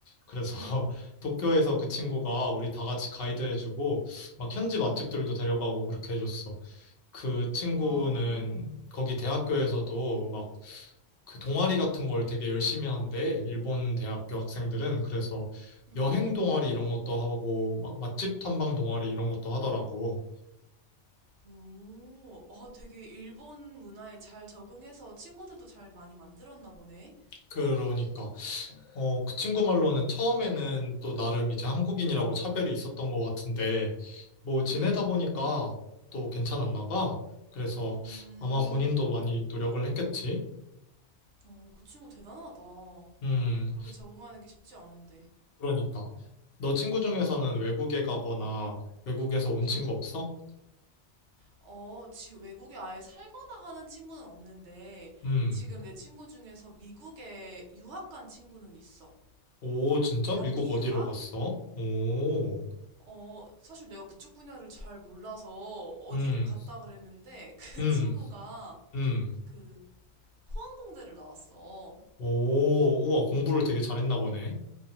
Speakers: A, on the left (about 60°); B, on the right (about 75°).
A: 그래서
B: 응,
A: <laughs> 도쿄에서 그 친구가 우리 다 같이 가이드 해주고 막 현지 맛집들도
B: 응.
A: 데려가고 그렇게 해줬어. 그 친구는
B: 와,
A: 거기 대학교에서도 막 그 동아리 같은 걸 되게 열심히 한대. 일본 대학교 학생들은. 그래서
B: 응.
A: 여행 동아리 이런 것도 하고 막 맛집 탐방 동아리 이런 것도 하더라고.
B: 오, 아, 되게 일본 문화에 잘 적응해서 친구들도 잘 많이 만들었나 보네.
A: 그러니까. 어, 그 친구 말로는 처음에는 또 나름 이제 한국인이라고 차별이 있었던 것 같은데, 뭐 지내다
B: 응,
A: 보니까 또 괜찮았나 봐. 그래서
B: 음.
A: 아마 본인도 많이 노력을 했겠지?
B: 어, 그 친구 대단하다.
A: 음,
B: 그렇게 적응하는 게 쉽지 않은데.
A: 그러니까. 너 친구 중에서는 외국에 가거나 외국에서 온
B: 응.
A: 친구 없어?
B: 어, 지금 외국에 아예 살거나 하는 친구는 없는데,
A: 음,
B: 지금 내 친구 중에서 미국에 유학 간 친구는 있어.
A: 오, 진짜?
B: 단기
A: 미국 어디로
B: 유학?
A: 갔어? 오,
B: 어, 사실 내가 그쪽 분야를 잘 몰라서 어디를
A: 음,
B: 갔다 그랬는데 <laughs> 그
A: 음,
B: 친구가
A: 음,
B: 그 항공대를 나왔어.
A: 오, 우와, 공부를
B: 음.
A: 되게 잘했나 보네.